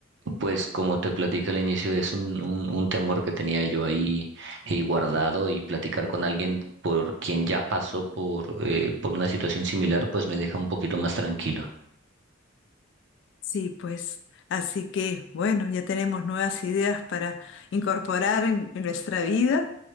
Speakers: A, on the right (about 60°); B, on the left (about 60°).
A: pues como te platicé al inicio, es un, un, un temor que tenía yo ahí eh, guardado y platicar con alguien por quien ya pasó por, eh, por una situación similar, pues me deja un poquito más tranquilo.
B: Sí, pues, así que bueno, ya tenemos nuevas ideas para incorporar en, en nuestra vida